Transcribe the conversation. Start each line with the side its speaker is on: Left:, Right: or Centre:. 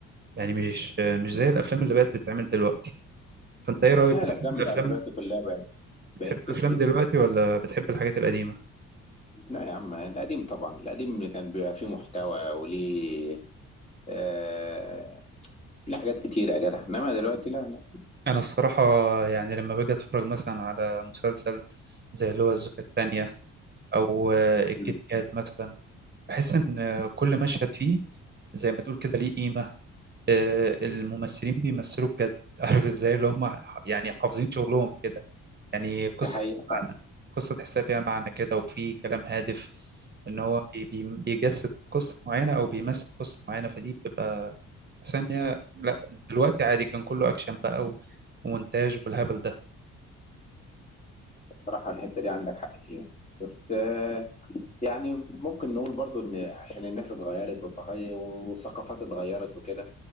Right: يعني مش مش زي الافلام اللي بقت بتتعمل دلوقتي فانت ايه رايك
Left: لا
Right: بتحب
Left: الافلام
Right: الافلام
Left: بتاعت دلوقتي كلها بقت
Right: بتحب
Left: بقت بيستك
Right: الافلام دلوقتي ولا بتحب الحاجات القديمه
Left: لا يا عم القديم طبعا القديم اللي كان بيبقى فيه محتوى وليه آه ليه حاجات كتيره يا جدع انما دلوقتي لا لا
Right: انا الصراحه يعني لما باجي اتفرج مثلا على مسلسل زي اللي هو الزوجة الثانية أو آه، الكيت
Left: مم.
Right: كات مثلا بحس إن آه، كل مشهد فيه زي ما تقول كده ليه قيمة آه، الممثلين بيمثلوا بجد <laughs> عارف إزاي اللي هم ح- يعني حافظين شغلهم كده يعني قصة
Left: دي حقيقه
Right: فيها
Left: فعلا
Right: معنى قصة تحسها فيها معنى كده وفي كلام هادف إن هو بي- بي- بيجسد قصة معينة أو بيمثل قصة معينة فدي بتبقى حاسس إن هي لأ دلوقتي عادي كان كله أكشن بقى و- ومونتاج والهبل ده
Left: بصراحه الحته دي عندك حق فيها بس آه، يعني ممكن نقول برضو ان عشان الناس اتغيرت والتغير والثقافات اتغيرت وكده